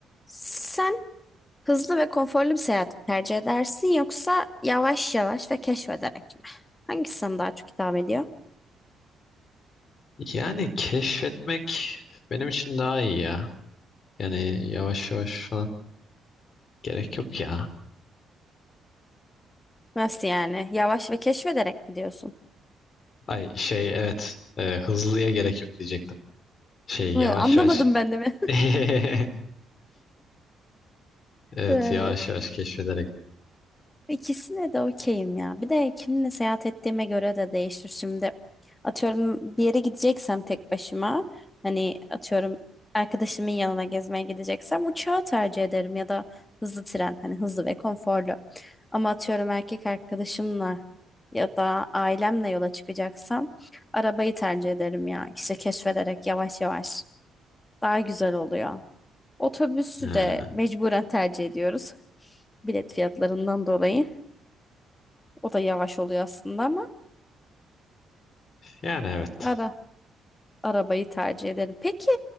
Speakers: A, on the left; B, on the left.
A: Sen hızlı ve konforlu bir seyahat mi tercih edersin yoksa yavaş yavaş ve keşfederek mi? Hangisi sana daha çok hitap ediyor?
B: Yani keşfetmek benim için daha iyi ya. Yani yavaş yavaş falan gerek yok ya.
A: Nasıl yani? Yavaş ve keşfederek mi diyorsun?
B: Ay şey evet e, hızlıya gerek yok diyecektim. Şey
A: Ee,
B: yavaş
A: Anlamadım
B: yavaş.
A: ben de mi?
B: <laughs> Evet
A: <laughs>
B: yavaş yavaş keşfederek.
A: İkisine de okeyim ya. Bir de kiminle seyahat ettiğime göre de değişir. Şimdi atıyorum bir yere gideceksem tek başıma hani atıyorum arkadaşımın yanına gezmeye gideceksem uçağı tercih ederim ya da hızlı tren hani hızlı ve konforlu. Ama atıyorum erkek arkadaşımla ya da ailemle yola çıkacaksam arabayı tercih ederim ya. İşte keşfederek yavaş yavaş daha güzel oluyor. Otobüsü
B: Ha,
A: de mecburen tercih ediyoruz bilet fiyatlarından dolayı. O da yavaş oluyor aslında ama
B: Yani evet.
A: ara arabayı tercih ederim. Peki